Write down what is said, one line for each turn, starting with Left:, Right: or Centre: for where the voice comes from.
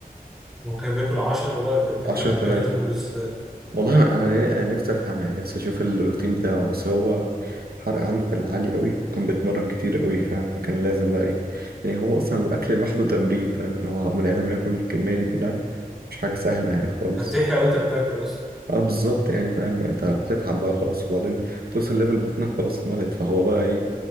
Centre: هو كان بياكل 10 بقى طب كان
Right: عشرة
Centre: بياكل الاكل
Right: آلاف
Centre: ده كله ازاي؟
Right: والله انا أنا نفسي افهم يعني نفسي اشوف الروتين بتاعه بس هو الحرق عنده كان عالي قوي وكان بيتمرن كتير قوي فاهم فكان لازم بقى ايه يعني هو اصلا الاكل لوحده تمرين فاهم ان هو بني ادم ياكل الكميه دي كلها مش حاجه سهله يعني خالص
Centre: انت بتحرق وانت بتاكل اصلا
Right: اه بالظبط يعني فاهم انت بتتعب بقى خلاص وبعدين توصل ليفل بطنك خلاص اتملت فهو بقى ايه